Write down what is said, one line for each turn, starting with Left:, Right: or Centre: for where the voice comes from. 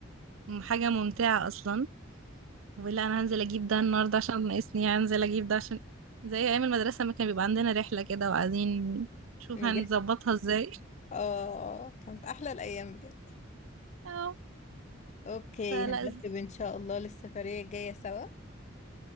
Right: م- حاجة ممتعة اصلا ولا انا هنزل اجيب ده النهاردة عشان ناقصني يعني هنزل اجيب ده عشان زي ايام المدرسة ما كان بيبقى عندنا رحلة كده وعايزين نشوف
Left: نجح
Right: هنظبطها ازاي
Left: <laughs> اه آه، كانت أحلى الأيام بجد
Right: <laughs> اه
Left: اوكي
Right: فلا
Left: هنرتب ان شاء الله للسفرية الجاية سوا